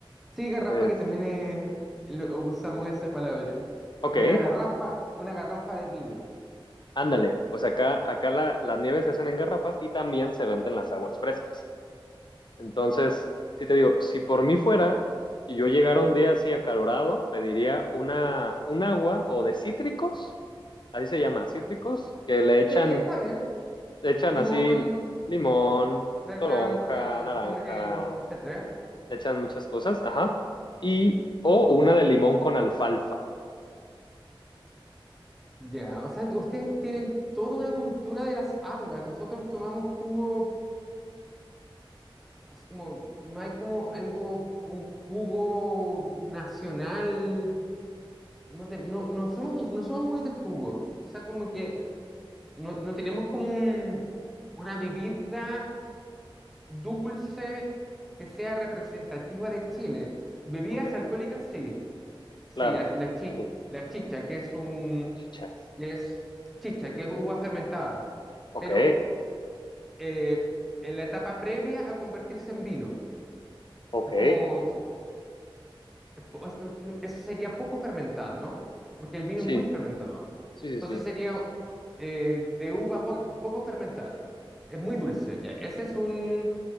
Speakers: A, in the centre; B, on the left.
A: Sí, garrafa
B: Es,
A: que también es- lo- usamos esa palabra.
B: ok,
A: Una garrafa, una garrafa de vino.
B: ándale, pues acá, acá la- las nieves se hacen en garrafas y también se venden las aguas frescas. Entonces, sí te digo, si por mí fuera y yo llegara un día así acalorado, pediría una, un agua o de cítricos, así se llama, cítricos, que le echan,
A: Sí, está bien.
B: le echan
A: Limón,
B: así limón,
A: naranja,
B: toronja, naranja,
A: pomelo, etcétera.
B: le echan muchas cosas, ajá, y o una de limón con alfalfa,
A: Ya, o sea, t- ustedes tienen toda una cultura de las aguas. Nosotros tomamos jugo Así como, no hay como algo, un jugo nacional. No, te- no, no somos, mu- no somos muy de jugo. O sea, como que no, no tenemos como un- una bebida dulce que sea representativa de Chile. Bebidas
B: ok,
A: alcohólicas, sí. Sí,
B: claro,
A: la, la chi-
B: ujú,
A: la chicha, que es un,
B: chichas,
A: que es chicha, que es uva fermentada.
B: ok,
A: Pero eh, en la etapa previa a convertirse en vino.
B: ok,
A: Es como Pues, no- no, eso sería poco fermentada, ¿no? Porque el vino
B: sí,
A: es muy fermentado.
B: sí, sí,
A: Entonces
B: sí,
A: sería eh, de uva po- poco fermentada. Es muy dulce, ya. Ese es un,